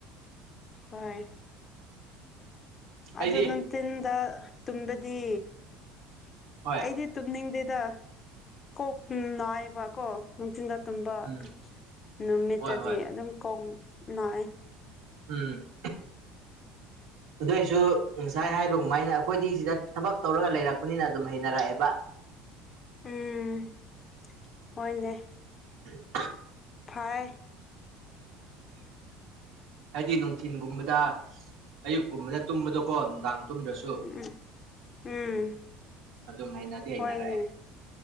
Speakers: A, on the left; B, on the right.
A: ꯍꯣꯏ ꯑꯗꯨ
B: ꯑꯩꯗꯤ
A: ꯅꯪ ꯇꯤꯟꯗ ꯇꯨꯝꯕꯗꯤ
B: ꯍꯣꯏ
A: ꯑꯩꯗꯤ ꯇꯨꯝꯅꯤꯡꯗꯦꯗ ꯀꯣꯛ ꯅꯥꯏꯑꯦꯕꯀꯣ ꯅꯨꯡꯊꯤꯟꯗ ꯇꯨꯝꯕ
B: ꯎꯝ
A: ꯅꯨꯃꯤꯠꯇꯗꯤ
B: ꯍꯣꯏ ꯍꯣꯏ
A: ꯑꯗꯨꯝ ꯀꯣꯡ ꯅꯥꯏ
B: ꯎꯝ
A: <unintelligible>
B: ꯑꯗꯨꯏꯁꯨ ꯉꯁꯥꯏ ꯍꯥꯏꯕꯒꯃꯥꯏꯅ ꯑꯩꯈꯣꯏꯗꯤ ꯁꯤꯗ ꯊꯕꯛ ꯇꯧꯔꯒ ꯂꯩꯔꯛꯄꯅꯤꯅ ꯑꯗꯨꯝ ꯍꯩꯅꯔꯛꯑꯦꯕ
A: ꯎꯝ ꯍꯣꯏꯅꯦ
B: ꯎꯝ
A: ꯐꯥꯏ
B: ꯍꯥꯏꯗꯤ ꯅꯨꯡꯊꯤꯟꯒꯨꯝꯕꯗ ꯑꯌꯨꯛꯀꯨꯝꯕꯗ ꯇꯨꯝꯕꯗꯣꯀꯣ ꯅꯨꯡꯗꯥꯡ ꯇꯨꯝꯗ꯭ꯔꯁꯨ
A: ꯎꯝ ꯎꯝ
B: ꯑꯗꯨꯝ ꯍꯩꯅꯗꯤ ꯍꯩꯅꯔꯛꯑꯦ
A: ꯍꯣꯏꯅꯦ